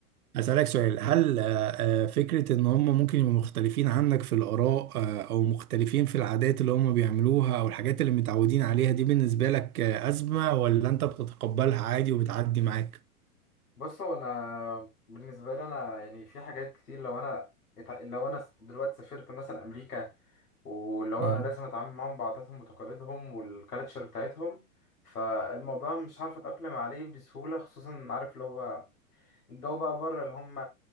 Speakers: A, on the right (about 75°); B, on the left (about 85°).
A: أسألك سؤال هل آه، آه، فكرة إن هم ممكن يبقوا مختلفين عنك في الآراء آه، أو مختلفين في العادات اللي هم بيعملوها أو الحاجات اللي متعودين عليها دي بالنسبة لك آه، أزمة ولا أنت بتتقبلها عادي وبتعدي معاك؟
B: بص هو انا بالنسبه لي انا يعني في حاجات كتير لو انا اتع- لو انا س- دلوقتي سافرت مثلا امريكا واللي هو
A: اه
B: انا لازم اتعامل معاهم بعاداتهم وتقاليدهم والكالتشر بتاعتهم فالموضوع مش عارف اتاقلم عليه بسهوله خصوصا عارف اللي هو الجو بقى بره اللي هم